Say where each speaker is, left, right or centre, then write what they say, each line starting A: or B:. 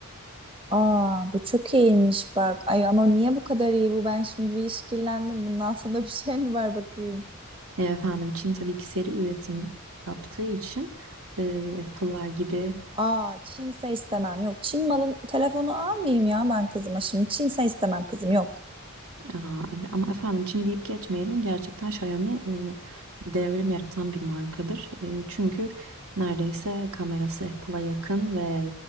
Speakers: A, on the right (about 25°); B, on the right (about 75°).
A: Aa, bu çok iyiymiş bak. Ay ama niye bu kadar iyi bu? Ben şimdi bir işkillendim. Bunun altında bir şey mi var bakayım?
B: E, efendim Çin tabii ki seri üretim yaptığı için e, Apple'lar gibi
A: Aa, Çinse istemem. Yok, Çin malın telefonu almayayım ya ben kızıma şimdi. Çinse istemem kızım yok.
B: Aa, ama efendim Çin deyip geçmeyelim. Gerçekten Xiaomi e, devrim yaratan bir markadır. E, çünkü neredeyse kamerası Apple'a yakın ve